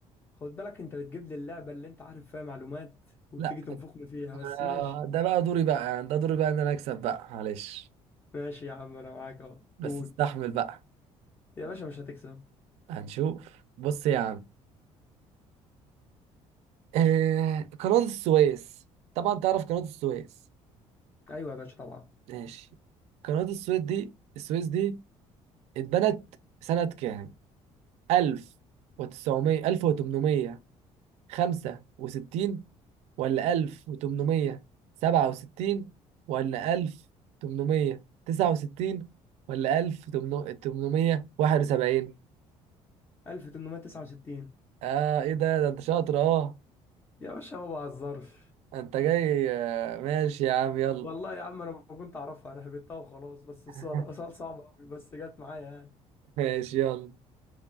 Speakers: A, on the left; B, on the right.
A: خد بالك انت بتجيب لي اللعبه اللي انت عارف فيها معلومات وبتيجي
B: لا
A: تنفخني فيها بس
B: آه،
A: ماشي
B: ده بقى دوري بقى يعني ده دوري بقى ان انا اكسب بقى معلش
A: ماشي يا عم انا معاك اهو
B: بس
A: قول
B: استحمل بقى
A: يا باشا مش هتكسب
B: هنشوف بص يا عم آه قناة السويس طبعا تعرف قناة السويس
A: ايوه يا باشا طبعا
B: ماشي قناة السويس دي السويس دي اتبنت سنة كام 1900 1865 ولا 1867 ولا 1869 ولا 1871
A: 1869
B: اه ايه ده ده انت شاطر اه
A: يا باشا ما بهزرش
B: انت جاي آه، ماشي يا عم يلا
A: والله يا عم انا ما كنت اعرفها انا هبتها وخلاص بس
B: <laughs>
A: السؤال سؤال صعب قوي بس جت معايا يعني
B: ماشي يلا